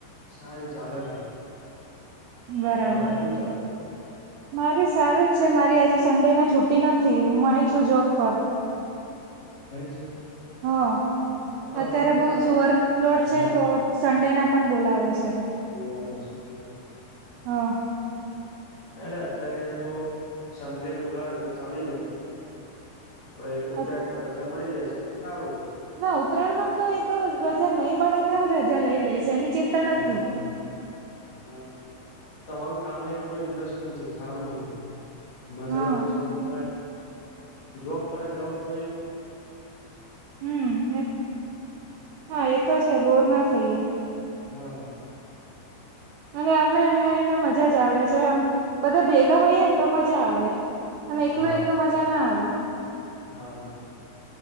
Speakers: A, on the left; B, on the right.
A: સારી ચાલે છે
B: બરાબર.
A: તમારે કેવું ચાલે?
B: મારે સારું જ છે. મારી આજે સન્ડેના છુટ્ટી નથી, હું આઈ છું જોબ પર.
A: એમ છે?
B: હા,
A: તમારું
B: અત્યારે
A: તો
B: બોવ
A: કામ
B: જ વર્કલોડ છે,
A: હા
B: તો સન્ડેના પણ બોલાવે છે.
A: બોલાવે છે, ઓકે.
B: હા.
A: એટલે અત્યારે તો સન્ડે બોલાવે તો ચાલી જાય. આપડે ઉત્તરાયણમાં
B: અત
A: રજા મળી જાય છે તો સારું.
B: ના ઉત્તરાયણમાં તો એ તો રજા નહી મળે તોય હું રજા લઈ લઈશ, એની ચિંતા નથી.
A: હા, હા. તમારું કામ એ થોડું ઇન્ટસ્ટિંગ છે, સારું છે. મજા
B: હા
A: એવું છે કે તમારે જોબ પર એ જાવ તોય
B: હમ્મ, હા એતો છે બોર ના થઈએ.
A: હા.
B: અને અમે અહીં આવીઈને મજા જ આવે છે, બધા ભેગા હોઈએ ને તો મજા આવે. અને એકલું-એકલું
A: હા
B: મજા ના આવે.
A: હા.